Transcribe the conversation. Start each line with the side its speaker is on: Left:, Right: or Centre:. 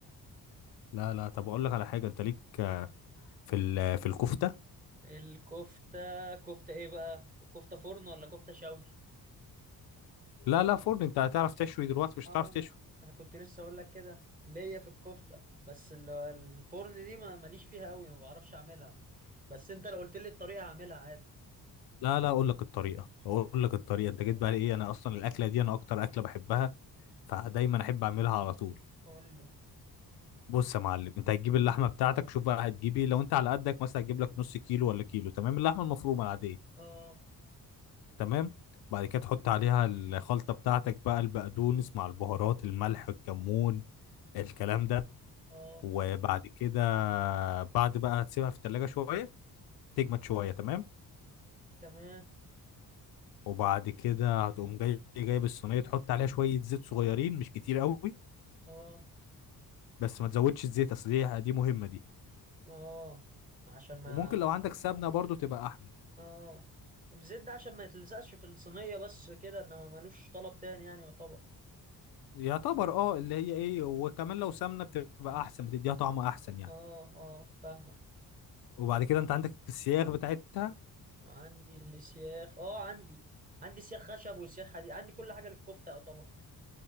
Left: لا لا طب اقول لك على حاجه انت ليك في ال- في الكفته
Right: الكفته كفته ايه بقى كفته فرن ولا كفته شوي
Left: لا لا فرن انت هتعرف تشوي دلوقتي مش
Right: اه
Left: هتعرف
Right: انا
Left: تشوي
Right: انا كنت لسه اقول لك كده ليا في الكفته بس ال- الفرن دي ما ماليش فيها قوي ما بعرفش اعملها بس انت لو قلت لي الطريقه هعملها عادي
Left: لا لا اقول لك الطريقه
Right: قول
Left: اقول
Right: لي
Left: لك الطريقه انت جيت بقى ايه انا اصلا الاكله دي انا اكتر اكله بحبها فدايما احب اعملها على طول
Right: قول لي
Left: بص يا معلم انت هتجيب اللحمه بتاعتك شوف بقى هتجيبي لو انت على قدك مثلا هتجيب لك نص كيلو ولا كيلو تمام اللحمه المفرومه العاديه
Right: اه
Left: تمام بعد كده تحط عليها الخلطه بتاعتك بقى البقدونس مع البهارات الملح الكمون الكلام ده
Right: اه
Left: وبعد كده بعد بقى هتسيبها في التلاجة شوية تجمد شوية تمام
Right: تمام
Left: وبعد كده هتقوم جاي جايب الصينية تحط عليها شوية زيت صغيرين مش كتير قوي
Right: اه
Left: بس ما تزودش الزيت اصل دي دي مهمة دي
Right: اه عشان ما
Left: وممكن لو عندك سمنة برضو تبقى احلى
Right: اه الزيت ده عشان ما يتلزقش في الصينيه بس كده انما ملوش طلب تاني يعني يعتبر
Left: يعتبر اه اللي هي ايه وكمان لو سمنة بتبقى احسن بتديها طعم احسن يعني
Right: اه اه فاهمك
Left: وبعد كده انت عندك السياخ بتاعتها
Right: عندي السياخ اه عندي عندي سياخ خشب وسياخ حديد عندي كل حاجه للكفته يعتبر